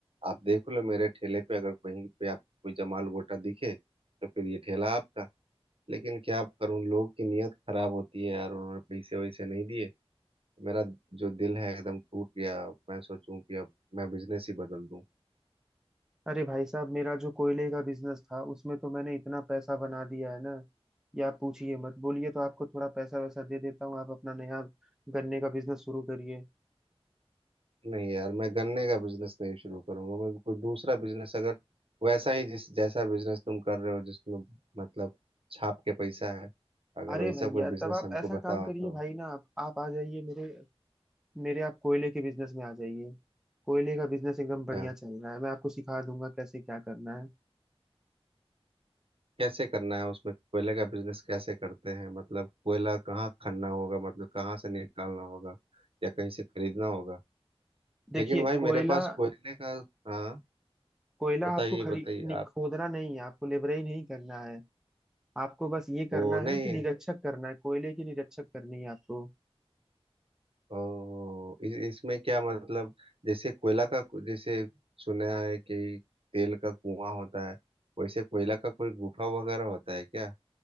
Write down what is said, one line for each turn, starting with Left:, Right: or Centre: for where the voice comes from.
Right: आप देख लो मेरे ठेले पे अगर कहीं पे आप कोई जमाल गोटा दिखे तो फिर ये ठेला आपका लेकिन क्या आप करूँ लोग की नीयत खराब होती है यार उन्होंने पैसे वैसे नहीं दिए मेरा जो दिल है एकदम टूट गया मैं सोचूं कि अब मैं बिजनेस ही बदल दूं
Centre: अरे भाई साहब मेरा जो कोयले का बिजनेस था उसमें तो मैंने इतना पैसा बना दिया है ना कि आप पूछिए मत बोलिए तो आपको थोड़ा पैसा वैसा दे देता हूँ आप अपना नया गन्ने का बिजनेस शुरू करिए
Right: नहीं यार मैं गन्ने का बिजनेस नहीं शुरू करूंगा मैं कोई दूसरा बिजनेस अगर वैसा ही जिस जैसा बिजनेस तुम कर रहे हो जिसमें मतलब छाप के पैसा है अगर
Centre: अरे
Right: वैसा
Centre: भैया
Right: कोई बिजनेस
Centre: तब आप
Right: हमको
Centre: ऐसा
Right: बताओ
Centre: काम करिए
Right: तो
Centre: भाई ना आप आप आ जाइए मेरे मेरे आप कोयले के बिजनेस में आ जाइए कोयले का बिजनेस एकदम बढ़िया
Right: क्या
Centre: चल रहा है मैं आपको सिखा दूंगा कैसे क्या करना है
Right: कैसे करना है उसमें कोयले का बिजनेस कैसे करते हैं मतलब कोयला कहाँ खनना होगा मतलब कहाँ से निकालना होगा या कहीं से खरीदना होगा
Centre: देखिए
Right: लेकिन भाई
Centre: कोयला
Right: मेरे पास कोयले का हाँ
Centre: कोयला
Right: बताइए
Centre: आपको खरी
Right: बताइए
Centre: नहीं,
Right: आप
Centre: खोदना नहीं है आपको लेबराई नहीं करना है आपको बस ये
Right: वो
Centre: करना
Right: नहीं
Centre: है कि निरक्षक करना है कोयले की निरक्षक करनी है आपको
Right: ओ इ, इसमें क्या मतलब जैसे कोयला का जैसे सुना है कि तेल का कुआं होता है वैसे कोयला का कोई गुफा वगैरह होता है क्या